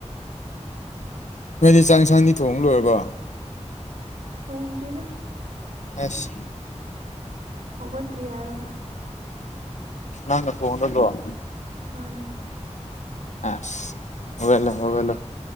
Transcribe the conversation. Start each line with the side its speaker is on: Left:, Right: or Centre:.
Left: ꯅꯣꯏꯗꯤ ꯆꯥꯡꯁꯥꯡꯗꯤ ꯊꯣꯡꯕ ꯂꯣꯏꯔꯕꫭ
Right: ꯊꯣꯡꯗꯔꯤꯗ
Left: ꯑꯁ
Right: ꯍꯧꯒꯠꯇ꯭ꯔꯤ ꯌꯥꯔꯒ
Left: ꯅꯪꯅ ꯊꯣꯡꯒꯗ꯭ꯔꫭ
Right: ꯃꯥꯅꯦ
Left: ꯑꯁ ꯍꯒꯠꯂꯣ ꯍꯒꯠꯂꯣ